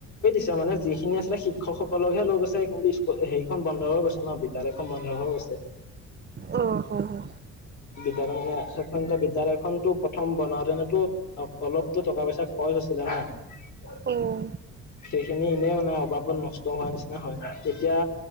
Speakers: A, on the left; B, on the right.
A: এতিয়া মানে যিখিনি আছিলে শিক্ষকসকলকহে লৈ গৈছে কিন্তু স্কুল সেইখন বন্ধ হৈ গৈছে ন বিদ্যালয়খন বন্ধ হৈ গৈছে ছে
B: অ হয় হয়।
A: বিদ্যালয় মানে সেখন এতিয়া বিদ্যালয়খনতো প্ৰথম বনাওঁতেনেতো অলপতো টকা পইচা খৰচ হৈছিলে ন
B: উম।
A: সেইখিনি এনেই মানে অবাবত নষ্ট হোৱা নিচিনা হয় এতিয়া